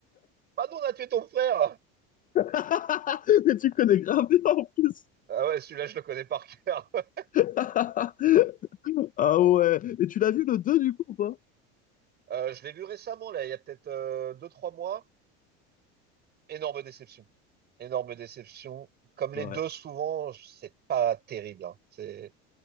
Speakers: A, on the right; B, on the left.
A: Pardon, on a tué ton frère.
B: <laughs> Mais tu connais grave bien en plus.
A: Ah ouais, celui-là, je le connais par cœur. <laughs>
B: <laughs> Ah ouais. Et tu l'as vu le 2 du coup ou pas?
A: Euh, je l'ai vu récemment, là, il y a peut-être euh, deux, trois mois. Énorme déception. Énorme déception. Comme
B: Ouais.
A: les deux, souvent, c'est pas terrible. hein. C'est...